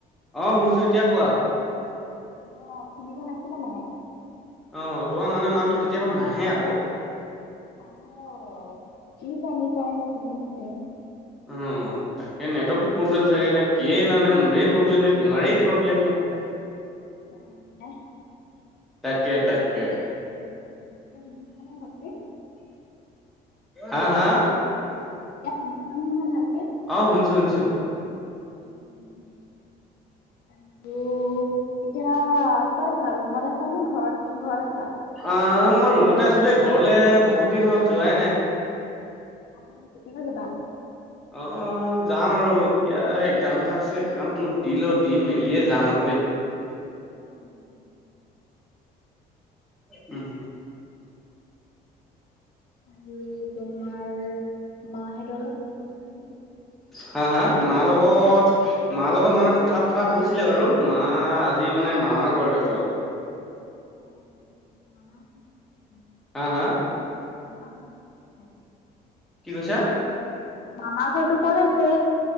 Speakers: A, in the centre; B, on the left (about 70°).
A: অহ, শুনিছোঁ এতিয়া কোৱা?
B: অহ, শুনি পোৱা নাছিলা মানে?
A: অহ, তোমাৰ মানে মাতটো কেতিয়াবা নাহে আকৌ।
B: অহ, কি জানি পাই, কিনো হৈছে।
A: অহ, তাকে নেটৱৰ্কতটো প্ৰব্লেম চাগে, না কিয়েই না, না মোৰে প্ৰব্লেম, নে তোমাৰেই প্ৰব্লেম।
B: জানোঁ পাই।
A: তাকে, তাকে।
B: উম, এতিয়া শুনিছানে ভালকে?
A: হা! হা!
B: এতিয়া শুনিছানে নাই ভালকে?
A: অহ, শুনিছোঁ শুনিছোঁ।
B: উম', উম'। আৰু এতিয়া ক'ত আছা, ৰুমত আছানে ঘৰত ঘৰত আছা?
A: অহ, মই ৰুমতে আছোঁ দেই, ঘৰলে বহুত দিন হ'ল যোৱাই নাই।
B: অহ, কেতিয়াকে যাবা?
A: অহ, যাম আৰু এতিয়া একজাম এটা আছে, একজামটো দি লওঁ, দি মেলিয়ে যাম আৰু দেই।
B: অহ।
A: উম।
B: আৰু তোমাৰ মাহঁতৰ অলপ কথা বতা
A: হা' হা' মাৰ লগত মাৰ লগত মানে কথা পতা হৈছিলে বাৰু, মা আজি মানে মামাৰ ঘৰলৈ গ'ল।
B: <unintelligible>
A: হা' হা'।
B: মামাৰ ঘৰ ক'ত আছে?
A: কি কৈছা?
B: মামাৰ ঘৰটো ক'ত আছে?